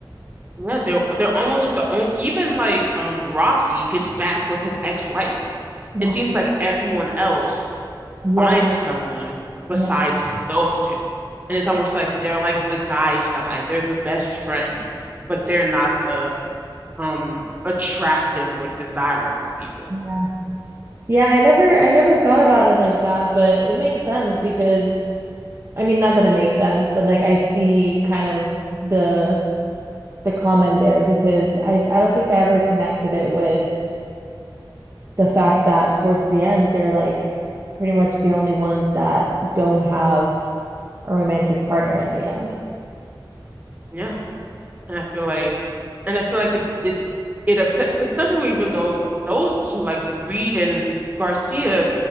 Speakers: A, on the right; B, on the right.
A: Yeah, they're they're almost the only even like um Rossi gets back with his ex-wife.
B: Yeah.
A: It seems like everyone else
B: Yeah.
A: finds someone besides
B: Yeah.
A: those two. And it's almost like they're like the guy's guy. They're the best friend, but they're not the um attractive or desirable people.
B: Yeah. Yeah, I never I never thought about it like that, but it makes sense because I mean, not that it makes sense, but like I see kind of the the comment there because I I don't think I ever connected it with the fact that towards the end, they're like pretty much the only ones that don't have a romantic partner at the end.
A: Yeah. And I feel like and I feel like it it it upset. But some people even go those two, like Reed and Garcia,